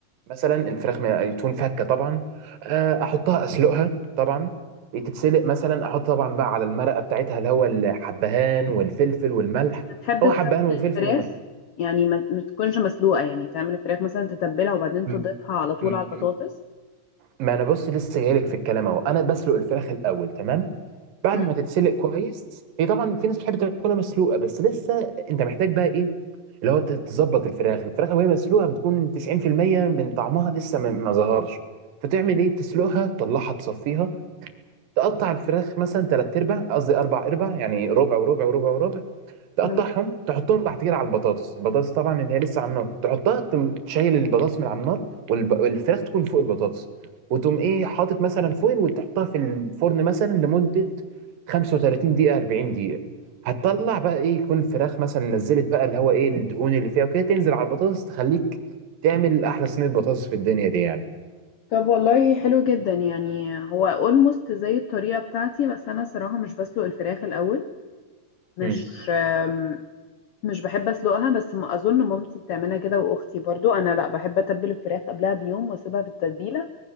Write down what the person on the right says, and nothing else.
مثلا الفراخ ما- تكون فكه طبعا آه، احطها اسلقها طبعا تتسلق مثلا احط طبعا بقى على المرقه بتاعتها اللي هو الحبهان والفلفل والملح
هو حبهان
وفلفل
وملح
م-
م-
م-
ما انا بص لسه جايلك في الكلام اهو انا بسلق الفراخ الاول تمام بعد
ما تتسلق كويس هي طبعا في ناس بتحب تاكلها مسلوقه بس لسه انت محتاج بقى ايه اللي هو ت- تظبط الفراخ الفراخ وهي مسلوقه بتكون 90% من طعمها لسه ما ما ظهرش فتعمل ايه تسلقها تطلعها تصفيها تقطع الفراخ مثلا تلات ارباع قصدي اربع ارباع يعني ربع وربع وربع وربع تقطعهم
تحطهم بعد كده على البطاطس البطاطس طبعا اللي هي لسه على النار تحطها تم- تشيل البطاطس من على النار والب- والفراخ تكون فوق البطاطس وتقوم ايه حاطط مثلا فويل وتحطها في الفرن مثلا لمدة 35 دقيقة 40 دقيقة هتطلع بقى ايه يكون الفراخ مثلا نزلت بقى اللي هو ايه الدهون اللي فيها وكده تنزل على البطاطس تخليك تعمل احلى صينية بطاطس في الدنيا دي يعني
امم